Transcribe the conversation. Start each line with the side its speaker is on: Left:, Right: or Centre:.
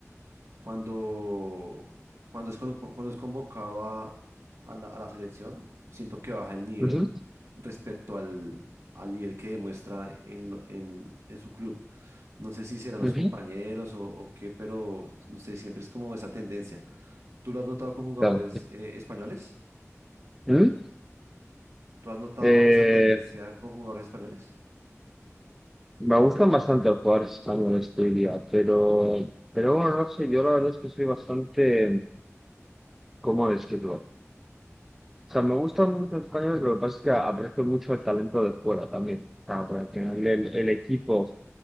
Right: cuando, cuando es, con- cu- cuando es convocado a, a la, a la selección, siento que baja el nivel
Centre: Ujú,
Right: respecto al, al nivel que demuestra en, lo- en, en su club. No sé si serán los
Centre: ujú,
Right: compañeros o, o qué, pero no sé, siempre es como esa tendencia. ¿Tú lo has notado con jugadores
Centre: claro.
Right: eh, españoles?
Centre: Ujú.
Right: ¿Tú has notado
Centre: Eh,
Right: esa tendencia con jugadores españoles?
Centre: Me gustan bastante los jugadores españoles, te diría, pero, pero bueno, no sé, yo la verdad es que soy bastante, ¿cómo decirlo? O sea, me gustan mucho los españoles, pero lo que pasa es que aprecio mucho el talento de fuera también. O sea, porque al final el, el equipo,